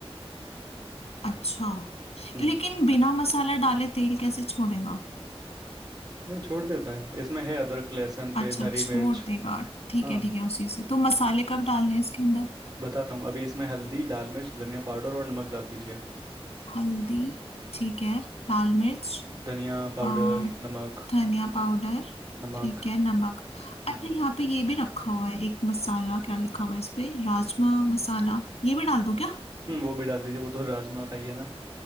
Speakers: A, on the left; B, on the right.
A: अच्छा
B: हम्म
A: लेकिन बिना मसाला डाले तेल कैसे छोड़ेगा
B: नहीं छोड़ देता है इसमें है अदरक लहसुन
A: अच्छा
B: पेस्ट हरी
A: छोड़
B: मिर्च
A: देगा ठीक
B: हाँ
A: है ठीक है उसी से तो मसाले कब डालने हैं इसके अंदर
B: बताता हूँ अभी इसमें हल्दी लाल मिर्च धनिया पाउडर और नमक डाल दीजिए
A: हल्दी ठीक है लाल मिर्च
B: धनिया पाउडर
A: और
B: नमक
A: धनिया पाउडर
B: नमक
A: ठीक है नमक
B: हम्म
A: अरे यहाँ पे ये भी रखा हुआ है एक मसाला क्या लिखा हुआ है इस पे राजमा मसाला ये भी डाल दूं क्या
B: हम्म वो भी डाल दीजिए वो तो राजमा का ही है ना